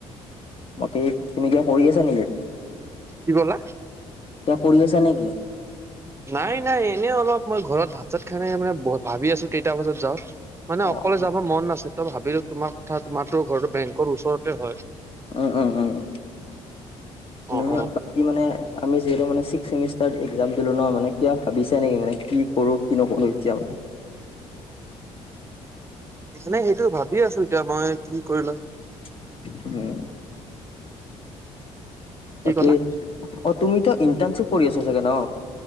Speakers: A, on the left; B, on the right.
A: বাকী তুমি কিবা কৰি আছা নেকি?
B: কি ক'লা?
A: কিবা কৰি আছা নে কি?
B: নাই নাই এনেই অলপ মই ঘৰত ভাত চাত খাই মানে ভাবি আছো কেইটা বজাত যাওঁ। মানে
A: অ
B: অকলে
A: অ।
B: যাব মন নাছে তই ভাবিলো তোমাৰ কথা তোমাৰতো ঘৰটো বেংকৰ ওচৰতে হয়।
A: উম উম উম উ
B: অ
A: নহয়
B: অ
A: বাকী মানে আমি যিহেতু মানে ছিক্স চেমিষ্টাৰ এক্সাম দিলো ন মানে কিবা ভাবিছে নেকি মানে কি কৰো কি নকৰো এতিয়া
B: মানে সেইটো ভাবি আছো এতিয়া মই কি কৰিলো
A: অহ।
B: কি
A: বাকী
B: ক'লা?
A: অ, তুমিতো ইণ্টাৰ্নচিপ কৰি আছা চাগে ন?